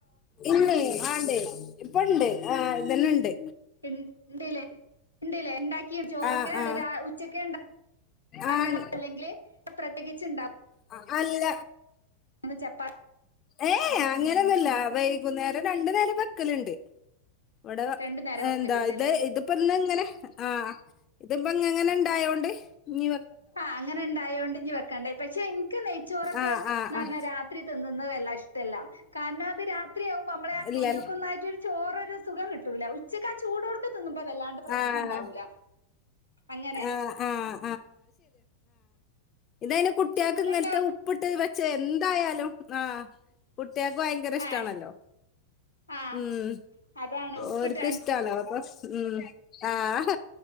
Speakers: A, on the left; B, on the left.
A: ഇന്ന ആണ്ടേ ഇപ്പ ഉണ്ട് ആ് ഇതന്നെ ഉണ്ട്
B: ഇണ്ട്ല്ലേ ഇണ്ടല്ലേ ഉണ്ടാക്കിയും ചോറൊക്കെ
A: ആഹ് ആഹ്
B: ഉച്ചക്കണ്ട ഉണ്ടക്കും
A: ആഹ്
B: അല്ലെങ്കിൽ പ്രത്യേകിച്ച് ഉണ്ടാവും
A: ആ അല്ല
B: ചപ്പാത്തി
A: ഏ അങ്ങനെ ഒന്നല്ല വൈകുന്നേരം രണ്ടു നേരം വക്കലുണ്ട് ഇവിടെ
B: രണ്ടു നേരം വെക്കലുണ്ട്ല്ലേ
A: എന്താ ഇത് ഇതിപ്പ ന്ന് ഇങ്ങനെ ആഹ് ഇത്പ എങ്ങനെ ഇണ്ടായോണ്ട് നീ
B: ആഹ് അങ്ങനെ ഉണ്ടായോണ്ടി വെക്കണ്ടായി, പക്ഷെ എനിക്ക് നെയ്ച്ചോറൊക്കെ
A: ആഹ്
B: എന്ന്
A: ആഹ്
B: പറഞ്ഞാ
A: ആഹ്
B: രാത്രി തിന്നന്ന് വല്ല ഇഷ്ട കാരണം അത് രാത്രിയാവുമ്പോൾ നമ്മളെ
A: ഇല്ലല്ലേ
B: നെയ്യൊക്ക ഒന്നായിട്ട് ഒരു ചോറ ഒരു സുഖം കിട്ടൂല ചാ ചൂഓടുക്ക ന്നുമ്പ വല്ലാണ്ട് പ്രശ്നുണ്ടാവൂല.
A: ആഹ്
B: അങ്ങനെ
A: ആഹ് ആഹ് ഇതനി കുട്ടികൾക്ക്
B: ചൂടുണ്ടാവും
A: ഇങ്ങനത്തെ ഉപ്പിട്ട് വെച്ച എന്തായാലും ആ കുട്ട്യോൾക് ഭയങ്കര ഇഷ്ടമാണല്ലോ.
B: ഏ ആ
A: ഉം
B: അതാണ് ഉപ്പിട്ടാണ്ട്ല്ലേ
A: ഓർക്ക് ഇഷ്ടണോ അപ്പൊ ഉം ആഹ